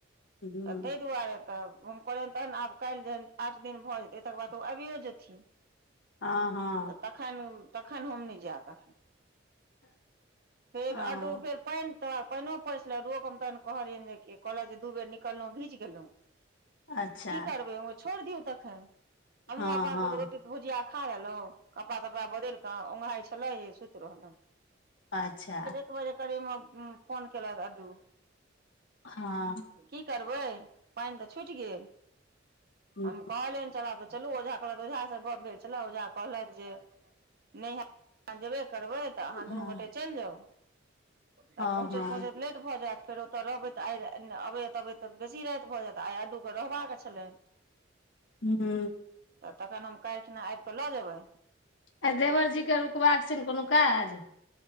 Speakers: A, on the left; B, on the right.
A: हूँ
B: तऽ तैय दुआरे। तब हम कहलियैन तहन आब कैल्ह जे आठ दिन भऽ जेतै तकर बाद ओ आबिये जेथिन।
A: आं हँ।
B: तखैन- तखैन हम नै जेेएब तखैन फेर
A: हँ
B: अडवो फेर- पैन तो पैनो पसल रोक हम तऽ कहलियै जे कहल जे दू बेर निक- कहलौ भीज गेलौ
A: अच्छा
B: की करबै हम कहलि छोड़ दियौ तखैन। हमहूँ
A: हँ
B: अपन
A: हँ
B: रोटी भुजिया खा लेलौ कपड़ा -तपड़ा बदैल कऽ ओघायछी। तलाइ सुत रहलौ।
A: आच्छा।
B: एक बजे करीब मे फोन-फोन केलक अड्डू।
A: हँ।
B: की करबै पैन तऽ छुइट गेल
A: हूँ
B: हम कहलियै। चला तऽ चलू ओझा कहलैथ ओझा से गप भेल छेलाए ओझा कहलथि जे। नैहे <unintelligible> जेबे करबै? तऽ आहाँ
A: हँ
B: दुनू गोटे चैल जाउ तऽ
A: हँ
B: पहुँचैत
A: हँ
B: पहुँचैत लेट भऽ जेएत। फेर ओतऽ रहबै तऽ आयर अबै। तबे त बेसी राइत भ जैत आइ अड्डू के रहबाक छलनि।
A: हू।
B: त तखन हम काइल खिना आइब कऽ लऽ जेबैन।
A: आ देवर जी के रुकबाक छैन कोनो काज?